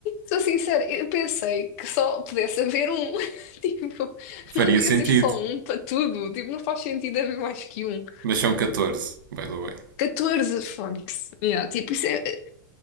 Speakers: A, on the left; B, on the right.
A: Sou sincera, eu pensei que só pudesse haver um. <laughs> Tipo,
B: Faria
A: não devia
B: sentido.
A: ser só um para tudo. Tipo, não faz sentido haver mais que um.
B: Mas são 14 by the way.
A: catorze fónix. Yeah, tipo, isso é.